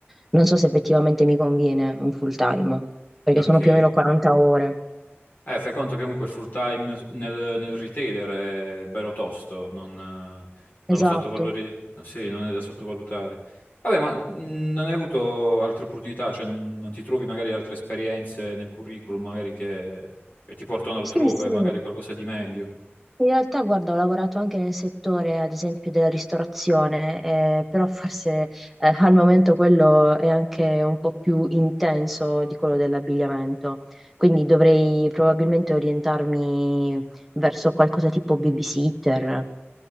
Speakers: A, in the centre; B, on the left (about 45°).
A: non so se effettivamente mi conviene un full time, perché
B: Ok.
A: sono più o meno 40 ore.
B: Eh, fai conto che comunque full time nel, nel retailer è bello tosto, non, eh, non
A: Esatto.
B: lo sottovalutare, sì, non è da sottovalutare. Vabbè, ma mh, non hai avuto altre opportunità, cioè non, non ti trovi magari altre esperienze nel curriculum, magari che, che ti portano altrove,
A: Sì, sì.
B: magari qualcosa di meglio.
A: In realtà, guarda, ho lavorato anche nel settore, ad esempio, della ristorazione, eh, però forse eh, al momento quello è anche un po' più intenso di quello dell'abbigliamento, quindi dovrei probabilmente orientarmi verso qualcosa tipo babysitter.